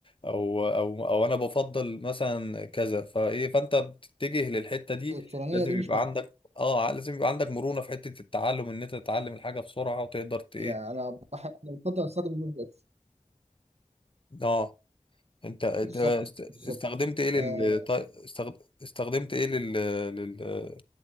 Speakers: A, on the left (about 40°); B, on the right (about 55°).
A: او او او انا بفضل مثلا كذا فايه فانت بتتجه للحته دي
B: فالالكترونيه
A: لازم
B: دي مش
A: يبقى عندك اه ع- لازم يبقى عندك مرونه في حته التعلم ان انت تتعلم الحاجه بسرعه وتقدر ت- ايه
B: معايا انا بحب أنا بفضل استخدم النوت جي اس
A: اه انت انت
B: بالظبط
A: است-
B: بالظبط
A: استخدمت ايه لل
B: آه،
A: طي- استخد- استخدمت ايه لل لل-